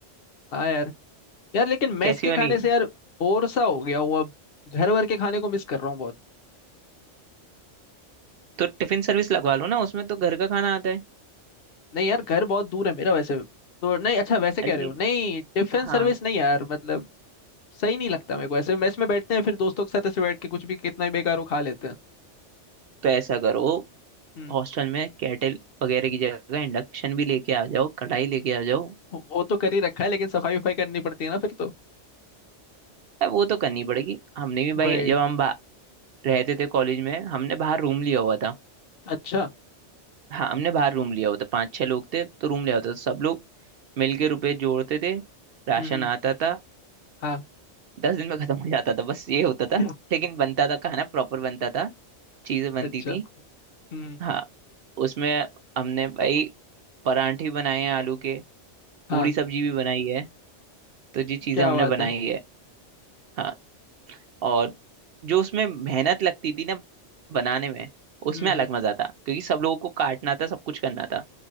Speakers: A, on the left; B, on the right.
A: हाँ यार यार लेकिन मेस
B: कैसी
A: के
B: बनी
A: खाने से यार बोर सा हो गया हूँ अब घर वर के खाने को मिस कर रहा हूँ बहुत
B: तो टिफिन सर्विस लगवा लो ना उसमें तो घर का खाना आता है
A: नहीं यार घर बहुत दूर है मेरा वैसे तो नहीं अच्छा वैसे कह
B: अन्य-
A: रहे हो नहीं टिफिन
B: हाँ
A: सर्विस नहीं यार मतलब सही नहीं लगता मेरे को ऐसे मेस में बैठते हैं फिर दोस्तों के साथ ऐसे बैठ के कुछ भी कितना ही बेकार हो खा लेते हैं
B: तो ऐसा करो
A: हम्म
B: हॉस्टल में केटल वगैरह की जगह इंडक्शन भी लेके आ जाओ कढ़ाई लेके आ जाओ
A: वो वो तो कर ही रखा है लेकिन सफाई वफाई करनी पड़ती है ना फिर तो
B: अब वो तो करनी पड़ेगी हमने भी
A: वही
B: भाई जब हम बा- रहते थे कॉलेज में हमने बाहर रूम लिया हुआ था
A: अच्छा
B: हाँ हमने बाहर रूम लिया होता पांच छह लोग थे तो रूम लिया होता तो सब लोग मिलके रुपए जोड़ते थे राशन
A: हम्म हम्म,
B: आता था
A: हाँ
B: दस दिन में खत्म हो जाता था बस ये होता
A: Yeah.
B: था लेकिन बनता था खाना प्रॉपर बनता था चीजें बनती
A: अच्छा
B: थी
A: हम्म
B: हाँ उसमें हमने भाई परांठे भी बनाए हैं आलू के
A: हाँ
B: पूरी सब्जी भी बनाई है तो ये चीजें
A: क्या
B: हमने
A: बात
B: बनाई
A: है
B: है हाँ और जो उसमें मेहनत लगती थी ना बनाने में उसमें
A: हम्म
B: अलग
A: हम्म,
B: मजा था क्योंकि सब लोगों को काटना था सब कुछ करना था